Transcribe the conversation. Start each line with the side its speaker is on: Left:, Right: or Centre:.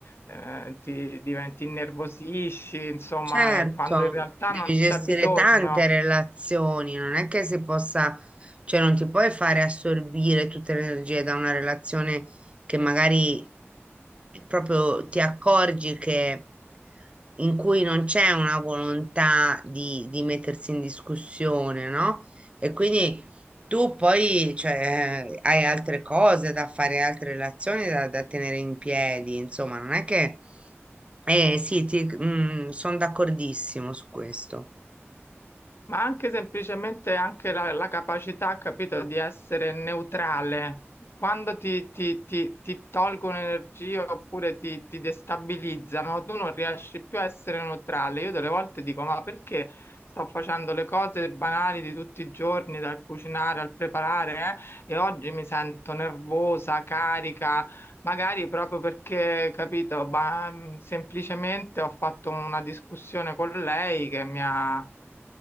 Left: eh, ti, diventi- ti innervosisci, insomma,
Right: Certo,
Left: eh, quando in realtà
Right: devi
Left: non
Right: gestire
Left: c'è bisogno.
Right: tante relazioni, non è che si possa, cioè non ti puoi fare assorbire tutte le energie da una relazione che magari proprio ti accorgi che in cui non c'è una volontà di, di mettersi in discussione, no? E quindi tu poi, cioè, hai altre cose da fare, altre relazioni da, da tenere in piedi, insomma, non è che eh sì, ti, sono d'accordissimo su questo.
Left: Ma anche semplicemente anche la, la capacità, capito, di essere neutrale. Quando ti, ti- ti- ti tolgono energia oppure ti, ti destabilizzano, tu non riesci più a essere neutrale. Io delle volte dico, ma perché sto facendo le cose banali di tutti i giorni, dal cucinare al preparare, eh, e oggi mi sento nervosa, carica, magari proprio perché, capito, ma, mm, semplicemente ho fatto una discussione con lei che mi ha